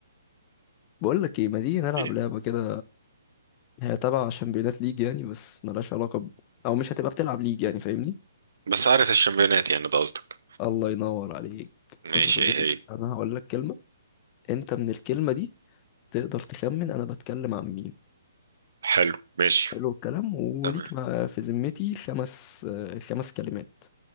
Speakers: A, on the left; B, on the right.
A: بقول لك ايه ما تيجي نلعب
B: <laughs>
A: لعبه كده هي تبع شامبيونات ليج يعني بس ملهاش علاقه ب... او مش هتبقى بتلعب ليج يعني فاهمني
B: بس عارف الشامبيونات يعني ده قصدك
A: الله ينور عليك
B: ماشي
A: بص يا صديقي
B: ايه هي
A: انا هقول لك كلمه انت من الكلمه دي تقدر تخمن انا بتكلم عن مين
B: حلو ماشي
A: حلو الكلام وليك
B: تمام
A: ما في ذمتي خمس آه، خمس كلمات